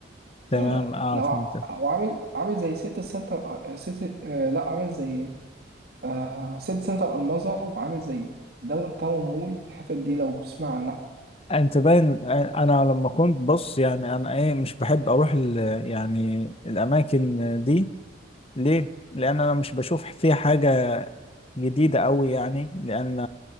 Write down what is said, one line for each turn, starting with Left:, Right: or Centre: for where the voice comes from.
Left: تمام
Right: آه
Left: اه
Right: لو
Left: فهمتك
Right: ع- وعامل عامل زي سيتي سنتر آه، سيتي آه لا عامل زي آه سيتي سنتر الماظة وعامل زي داون تاون مول الحتت دي لو تسمع عنها
Left: انت باين انا لما كنت بص يعني انا ايه مش بحب اروح ال... يعني الاماكن دي ليه؟ لأن أنا مش بشوف فيها حاجة جديدة أوي يعني لأن